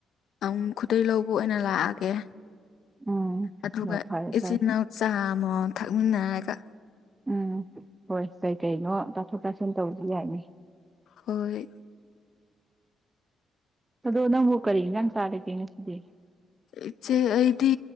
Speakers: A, on the left; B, on the right.
A: ꯑꯃꯨꯛ ꯈꯨꯗꯩ ꯂꯧꯕ ꯑꯣꯏꯅ ꯂꯥꯛꯑꯒꯦ
B: ꯎꯝ
A: ꯑꯗꯨꯒ
B: ꯍꯣ ꯐꯔꯦ
A: ꯏꯆꯤꯟꯅꯥꯎ
B: ꯐꯔꯦ
A: ꯆꯥ ꯑꯃꯃꯝ ꯊꯛꯃꯤꯟꯅꯔꯒ
B: ꯎꯝ ꯍꯣꯏ ꯀꯩꯀꯩꯅꯣ ꯇꯥꯊꯣꯛ ꯇꯥꯁꯤꯟ ꯇꯧꯕꯁꯨ ꯌꯥꯏꯅꯦ
A: ꯍꯣꯏ
B: ꯑꯗꯣ ꯅꯪꯕꯨ ꯀꯔꯤ ꯏꯟꯁꯥꯡ ꯆꯥꯔꯒꯦ ꯉꯁꯤꯗꯤ
A: ꯏꯆꯦ ꯑꯩꯗꯤ